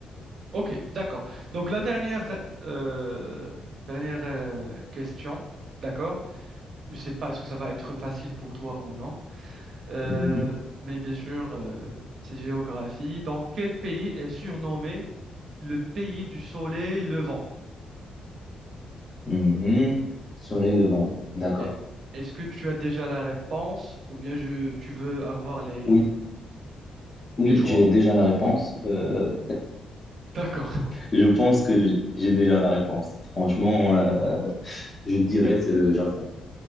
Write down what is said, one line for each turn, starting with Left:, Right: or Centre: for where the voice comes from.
Right: Ok, d'accord. Donc la dernière, euh, dernière euh, question, d'accord. Je sais pas est-ce que ça va être facile pour toi ou non, Euh,
Left: Mhm,
Right: mais bien sûr, euh, c'est géographie. Dans quel pays est surnommé le pays du soleil levant?
Left: mhm. Soleil levant, d'accord.
Right: Et- Est-ce que tu as déjà la réponse ou bien je, tu veux avoir les,
Left: Oui, oui,
Right: les choix?
Left: j'ai déjà la réponse. Euh,
Right: D'accord.
Left: Je pense que j- j'ai déjà la réponse. Franchement, euh, je dirais c'est le Japon.